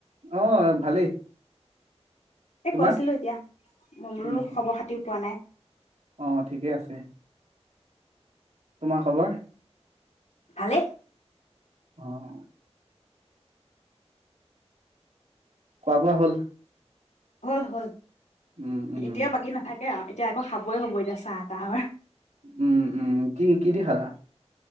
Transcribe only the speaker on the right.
অহ ভালেই।
তোমাৰ
উম
অ ঠিকে আছে তোমাৰ খবৰ?
আহ খোৱা বোৱা হ'ল।
উম উম
উম উম কি কি দি খালা